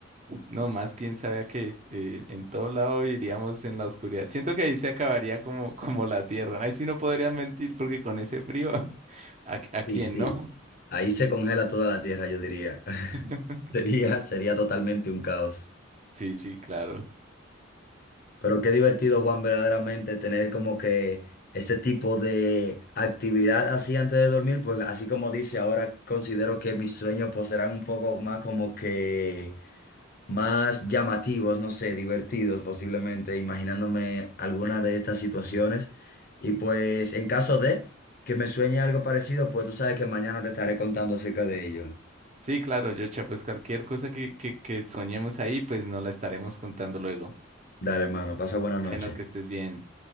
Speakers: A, on the right; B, on the left.
A: no más quién sabe a qué, eh, en todo lado iríamos en la oscuridad. Siento que ahí se acabaría como, como la tierra, ¿no? Ahí sí no podrían mentir porque con ese frío, <laughs> ¿a,
B: Sí,
A: a quién
B: sí.
A: no?
B: Ahí se congela toda la tierra, yo diría. <laughs>
A: <laughs>
B: Sería, sería totalmente un caos.
A: Sí, sí, claro.
B: Pero qué divertido, Juan, verdaderamente tener como que ese tipo de actividad así antes de dormir, pues así como dice, ahora considero que mis sueños pues serán un poco más como que más llamativos, no sé, divertidos posiblemente, imaginándome alguna de estas situaciones. Y pues en caso de que me sueñe algo parecido, pues tú sabes que mañana te estaré contando acerca de ello.
A: Sí, claro, Yocha, pues cualquier cosa que, que, que soñemos ahí, pues no la estaremos contando luego.
B: Dale, hermano, pasa buena noche.
A: Bueno, que estés bien.